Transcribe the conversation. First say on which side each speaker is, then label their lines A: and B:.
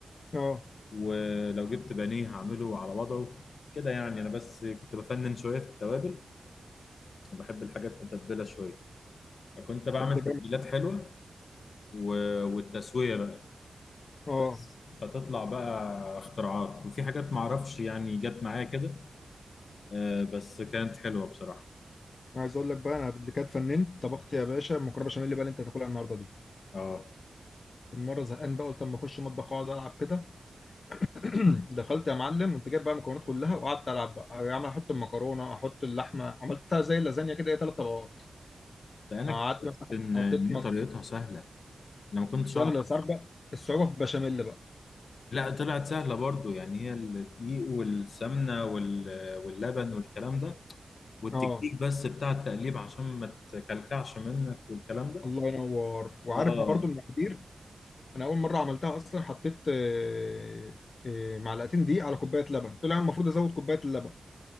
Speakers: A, on the left; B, on the left.
A: اه
B: ولو جبت بانيه هعمله على وضعه كده يعني انا بس كنت بفنن شوية في التوابل وبحب الحاجات متبلة شوية فكنت بعمل
A: طب ده
B: تتبيلات
A: جامد
B: حلوة و- والتسوية بقى
A: اه
B: بس فتطلع بقى اختراعات وفي حاجات معرفش يعني جت معايا كده آه، بس كانت حلوه بصراحه
A: أنا عايز اقول لك بقى انا اللي كانت فننت طبخت يا باشا مكرونه بشاميل اللي بقى اللي انت هتاكلها النهارده دي
B: اه
A: كنت مره زهقان بقى قلت اما اخش مطبخ اقعد العب كده <clears throat> دخلت يا معلم وانت جايب بقى المكونات كلها وقعدت العب بقى يا عم احط المكرونه احط اللحمه عملتها زي اللازانيا كده هي ثلاث طبقات
B: ده انا
A: قعدت
B: اكتشفت
A: مثلا
B: ان
A: حطيت
B: ان
A: مك...
B: هي طريقتها سهله انا ما كنتش
A: سهله
B: اعرف
A: بس عارف بقى الصعوبه في البشاميل بقى
B: لا طلعت سهله برضو يعني هي الدقيق والسمنه وال... واللبن والكلام ده والتكنيك
A: اه
B: بس بتاع التقليب عشان ما تكلكعش منك والكلام ده
A: الله ينور وعارف
B: اه
A: برضو المقادير انا اول مره عملتها اصلا حطيت آه، آه، معلقتين دقيق على كوبايه لبن طلع المفروض ازود كوبايه اللبن